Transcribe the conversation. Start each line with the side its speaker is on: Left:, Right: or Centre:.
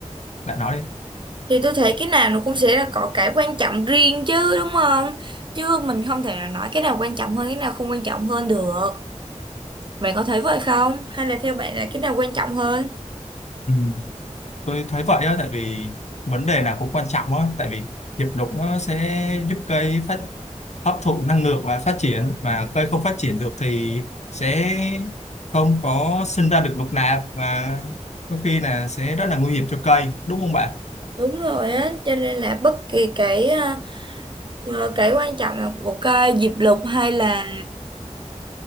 Left: lại nói đi
Right: thì tôi thấy cái nào nó cũng sẽ là có cái quan trọng riêng chứ đúng không chứ mình không thể nào nói cái nào quan trọng hơn cái nào không quan trọng hơn được bạn có thấy vậy không hay là theo bạn là cái nào quan trọng hơn
Left: Ừ. tôi thấy vậy á tại vì vấn đề nào cũng quan trọng á tại vì diệp lục nó sẽ giúp cây phát hấp thụ năng lượng và phát triển mà cây không phát triển được thì sẽ không có sinh ra được lục nạp và có khi là sẽ rất là nguy hiểm cho cây đúng không bạn
Right: Đúng rồi á, cho nên là bất kỳ cái ờ, ờ, cái quan trọng là của cái diệp lục hay là